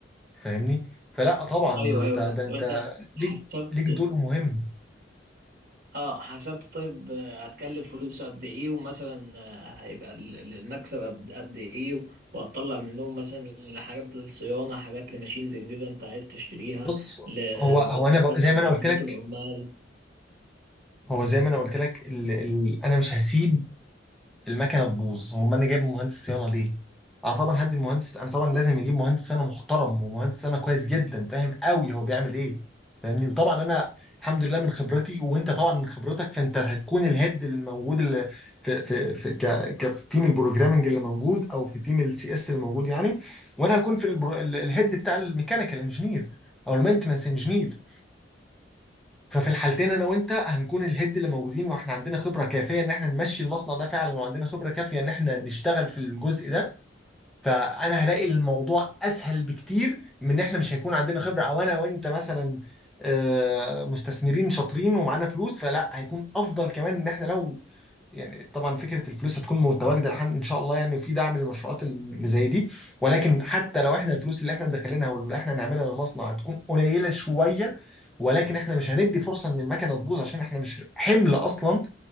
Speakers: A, in the centre; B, on the right.
A: فاهمني فلا طبعا
B: ايوه
A: ده
B: ايوه فهمت
A: ده انت
B: وانت
A: ليك
B: حسبت
A: ليك دور مهم
B: اه حسبت طيب آه، هتكلف فلوسه قد ايه ومثلا آه، هيبقى ال- ال- المكسب قد قد ايه و- وهتطلع منهم مثلا حاجات للصيانة حاجات لماشينز جديدة انت عايز تشتريها
A: بص
B: لمرتبات
A: هو اه هو انا ب... زي
B: مرتبات
A: ما انا قلت لك
B: العمال
A: هو زي ما انا قلت لك ال... ال... انا مش هسيب المكنه تبوظ هم انا جايب مهندس صيانه ليه اه طبعا هدي المهندس انا طبعا لازم اجيب مهندس صيانه محترم ومهندس صيانه كويس جدا فاهم قوي هو بيعمل ايه فاهمني وطبعا انا الحمد لله من خبرتي وانت طبعا من خبرتك فانت هتكون الهيد اللي موجود اللي في في في ك ك في تيم البروجرامنج اللي موجود او في تيم السي اس اللي موجود يعني وانا هكون في البرو... ال- الهيد بتاع الميكانيكال انجينير او المينتنس انجينير ففي الحالتين انا وانت هنكون الهيد اللي موجودين واحنا عندنا خبره كافيه ان احنا نمشي المصنع ده فعلا وعندنا خبره كافيه ان احنا نشتغل في الجزء ده فانا هلاقي الموضوع اسهل بكتير من ان احنا مش هيكون عندنا خبره او انا وانت مثلا آه، مستثمرين شاطرين ومعانا فلوس فلا هيكون افضل كمان ان احنا لو يعني طبعا فكره الفلوس هتكون متواجده الحمد ان شاء الله يعني في دعم للمشروعات اللي زي دي ولكن حتى لو احنا الفلوس اللي احنا مدخلينها واللي احنا هنعملها للمصنع هتكون قليله شويه ولكن احنا مش هندي فرصه ان المكنه تبوظ عشان احنا مش حمل اصلا